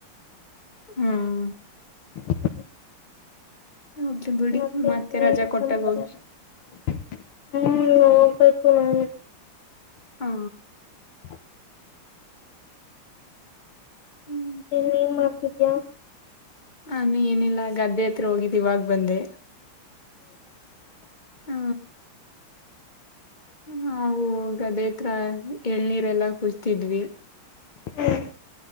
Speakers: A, on the left; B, on the left.
A: ಹ್ಮ್
B: <inaudible>
A: ಹೋಗ್ಲಿ ಬಿಡಿ
B: ಮತ್ತೆ ನೀನು
A: ರಜಾ ಕೊಟ್ಟಾಗ
B: ಸಮಾಚಾರ
A: ಹೋಗಿ
B: ಹ್ಮ ಹ್ಮ ನಬೇಕಕು ನಾನು
A: ಹಾ
B: <inaudible>
A: ಹ್ಮ್ <inaudible>
B: ಇನ್ ಏನ್ ಮಾಡ್ತಿದೀಯ
A: ಹಾನು ಏನಿಲ್ಲಾ ಗದ್ದೆ ಹೋಗಿದ್ದಿವವಾಗ ಬಂದೆ
B: ಹೌದ <inaudible>
A: ಹ ನಾವು ಗದೇತ್ರ ಎಳ್ನೀರೆಲ್ಲಾ ಕುಸತಿದ್ವಿ
B: ಹ್ಮ್